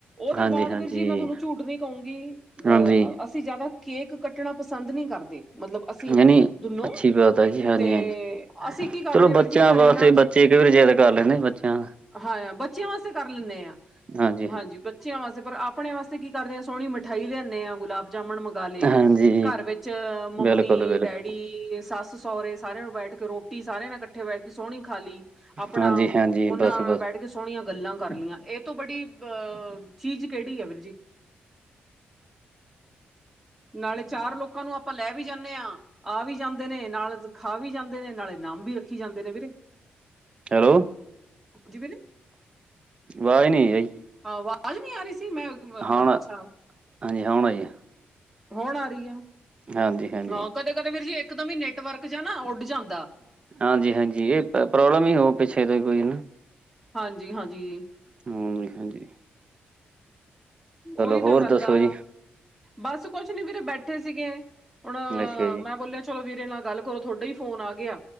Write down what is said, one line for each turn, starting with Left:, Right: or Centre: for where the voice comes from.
Centre: ਓਦੇ
Right: ਹਾਂਜੀ-ਹਾਂਜੀ,
Centre: ਬਾਦ, ਵੀਰ ਜੀ, ਮੈਂ ਤੁਹਾਨੂੰ ਝੂਠ ਨੀ ਕਹੂੰਗੀ ਅ ਅਸ
Right: ਹਾਂਜੀ
Centre: ਅਸੀਂ ਜਾਦਾ ਕੇਕ ਕੱਟਣਾ ਪਸੰਦ ਨੀ ਕਰਦੇ, ਮਤਲਬ ਅਸੀ
Right: ਯਾਨੀ
Centre: ਦੋਨੋ
Right: ਅੱਛੀ ਬਾਤ ਹੈ ਜੀ ਹਾਂਜੀ-ਹਾਂਜੀ
Centre: ਤੇ ਅਸੀ ਕੀ ਕਰਦੇ
Right: ਚਲੋ
Centre: ਆ
Right: ਬੱਚਿਆਂ
Centre: ਵੀਰ ਜੀ ਘਰੇ
Right: ਵਾਸਤੇ
Centre: ਨਾ
Right: ਬੱਚੇ ਕਈ ਵਾਰੀ ਜਿੱਦ ਕਰ ਲੈਂਦੇ ਬੱਚਿਆਂ
Centre: ਹਾਂ, ਬੱਚਿਆ ਵਾਸਤੇ ਕਰ ਲੈਨੇ ਆ।
Right: ਹਾਜੀ।
Centre: ਹਾਂਜੀ, ਬੱਚਿਆ ਵਾਸਤੇ, ਪਰ ਆਪਣੇ ਵਾਸਤੇ ਕੀ ਕਰਦੇ ਆਂ? ਸੋਹਣੀ ਮ ਮਠਾਈ ਲਿਆਨੇ ਆਂ ਗੁਲਾਬ ਜਾਮੁਨ ਮੰਗਾਲੇ,
Right: ਹਾਂਜੀ
Centre: ਘਰ ਵਿੱਚ ਮੰਮੀ-ਡੈਡੀ
Right: ਬਿਲਕੁਲ ਬਿਲਕੁਲ
Centre: ਵੀ ਸੱਸ-ਸਹੁਰੇ, ਸਾਰਿਆ ਨੂੰ ਬੈਠ ਕੇ ਰੋਟੀ ਸਾਰਿਆ ਨੇ ਕੱਠੇ ਬੈਠ ਕੇ ਸੋਹਣੀ ਖਾ ਲਈ। ਆਪਣਾ
Right: ਹਾਂਜੀ ਹਾਂਜੀ
Centre: ਓਨਾ
Right: ਬਸ
Centre: ਨਾ
Right: ਬਸ
Centre: ਬੈਠ ਕੇ ਸੋਹਣੀਆ ਗੱਲਾਂ ਕਰ ਲਈਆ, ਇਹ ਤੋ ਬੜੀ ਅਹ ਚੀਜ ਕਿਹੜੀ ਆ ਵੀਰ ਜੀ! ਨਾਲੇ ਚਾਰ ਲੋਕਾ ਨੂੰ ਆਪਾਂ ਲੈ ਵੀ ਜਾਨੇ ਆ ਆ ਵੀ ਜਾਂਦੇ ਨੇ, ਨਾਲ ਖਾ ਵੀ ਜਾਂਦੇ ਨੇ, ਨਾਲੇ ਇਨਾਮ ਵੀ ਰੱਖੀ ਜਾਂਦੇ ਨੇ, ਵੀਰੇ!
Right: ਹੈਲੋ।
Centre: ਜੀ ਵੀਰੇ?
Right: ਵਾਜ ਨੀ ਆਈ।
Centre: ਹਾ ਆਵਾਜ ਨੀ ਆ ਰਹੀ ਸੀ, ਮੈਂ ਅ
Right: ਹੁਣ
Centre: ਅੱਛਾ
Right: ਹਾਂਜੀ ਹੁਣ ਆਈ
Centre: ਹੁਨ ਆ ਰਹੀ ਆ
Right: ਹਾਂਜੀ ਹਾਂਜੀ
Centre: ਹਾਂ, ਕਦੇ- ਕਦੇ ਵੀਰ ਜੀ, ਇੱਕਦਮ ਨੈੱਟਵਰਕ 'ਚ ਨਾ ਉੱਡ ਜਾਦਾ
Right: ਹਾਂਜੀ- ਹਾਂਜੀ ਇਹ ਪ੍ਰੋਬਲਮ ਈ ਹੋਊ ਪਿੱਛੇ ਤੋਂ ਕੋਈ ਨਾ
Centre: ਹਾਂਜੀ ਹਾਂਜੀ
Right: ਮੂੰਗਫਲੀ ਖਾਧੀ
Centre: ਉਈ
Right: ਹੋਰ
Centre: ਤਾਂ ਗੱਲ
Right: ਦੱਸੋ
Centre: ਆ
Right: ਜੀ
Centre: ਬਸ ਕੁਛ ਨੀ ਵੀਰੇ ਬੈਠੇ ਸੀਗੇ, ਹੁਣ,
Right: ਅੱਛਾ ਜੀ
Centre: ਮੈਂ ਬੋਲਿਆ ਚਲੋ ਵੀਰੇ ਨਾਲ ਗੱਲ ਕਰੋ ਤੁਹਾਡਾ ਹੀ ਫੋਨ ਆ ਗਿਆ,